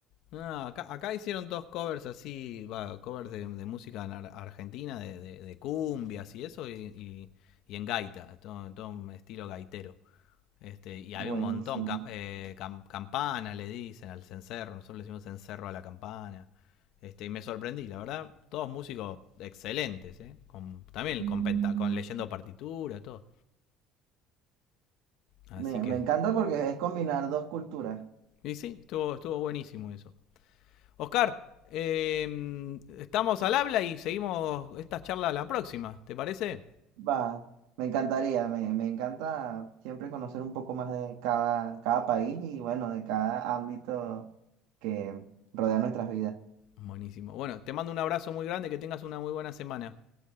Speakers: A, on the left; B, on the right.
A: No, no, acá, acá hicieron dos covers así, va, covers de, de música ar- argentina, de, de- de cumbias y eso, y, y- y en gaita, todo, todo un estilo gaitero. Este, y
B: Buenísimo.
A: había un montón, cam- eh, cam- campanas le dicen al cencerro, nosotros le decimos cencerro a la campana. Este, y me sorprendí, la verdad, todos músicos excelentes, ¿eh? Con, también
B: Mm.
A: con, penta- con leyendo partitura, todo. Así
B: Me,
A: que,
B: me encanta porque es combinar dos culturas.
A: y sí, estuvo, estuvo buenísimo eso. Oscar, eh, estamos al habla y seguimos esta charla la próxima, ¿te parece?
B: Va, me encantaría, me, me encanta siempre conocer un poco más de cada, cada país y bueno, de cada ámbito que rodea nuestras vidas.
A: Buenísimo. Bueno, te mando un abrazo muy grande, que tengas una muy buena semana.